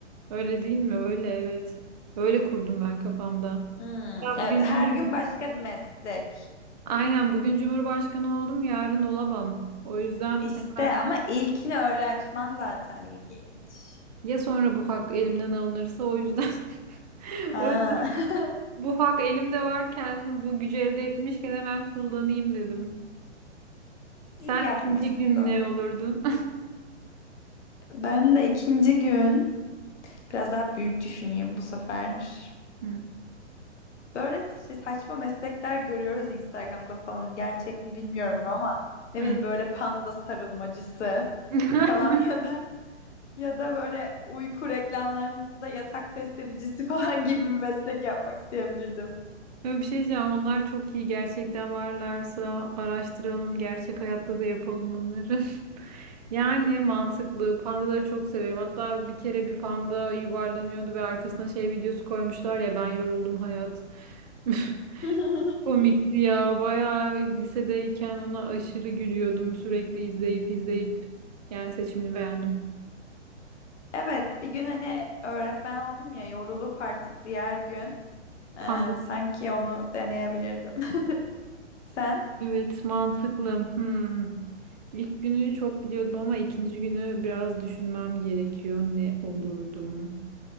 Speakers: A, on the right (about 35°); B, on the left (about 75°).
A: Öyle değil mi? Öyle evet. Öyle kurdum ben kafamda.
B: Hmm,
A: Ya
B: evet
A: Bugün
B: her
A: Cumhur-
B: gün başka bir meslek.
A: Aynen bugün Cumhurbaşkanı oldum, yarın olamam. O yüzden
B: İşte
A: hemen
B: ama ilkini öyle açman zaten ilginç.
A: ya sonra bu hak elimden alınırsa o yüzden <laughs>
B: Ha.
A: o yüzden
B: <laughs>
A: bu hak elimde varken bu gücü elde etmişken hemen kullanayım dedim. Sen
B: İyi yapmışsın.
A: ikinci gün ne olurdun?
B: Ben de ikinci gün biraz daha büyük düşüneyim bu sefer.
A: <laughs> Hı.
B: Böyle şey, saçma meslekler görüyoruz ya Instagram'da falan gerçek mi bilmiyorum ama ne
A: Hı.
B: bileyim böyle panda sarılmacısı
A: <laughs>
B: falan <laughs> ya da ya da böyle uyku reklamlarında yatak test edicisi <laughs> falan gibi bir meslek yapmak isteyebilirdim.
A: Ya bir şey diyeceğim. Onlar çok iyi. Gerçekten varlarsa araştıralım. Gerçek hayatta da yapalım onları. <laughs> Yani mantıklı. Pandaları çok severim. Hatta bir kere bir panda yuvarlanıyordu ve arkasına şey videosu koymuşlar ya ben yoruldum hayat. <laughs>
B: <laughs>
A: Komikti ya. Bayağı lisedeyken ona aşırı gülüyordum. Sürekli izleyip izleyip. Yani seçimini beğendim.
B: Evet, bir gün hani öğretmen oldum ya yorulup artık diğer gün e,
A: Panda
B: sanki onu deneyebilirdim. <laughs> Sen?
A: Evet, mantıklı. Hmm. İlk günü çok biliyordum ama ikinci günü biraz düşünmem gerekiyor. Ne olurdum?